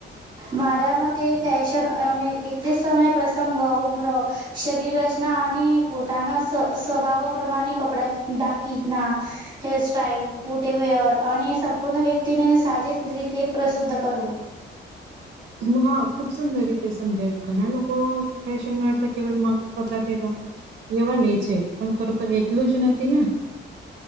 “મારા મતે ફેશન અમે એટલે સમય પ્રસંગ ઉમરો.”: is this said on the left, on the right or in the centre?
Right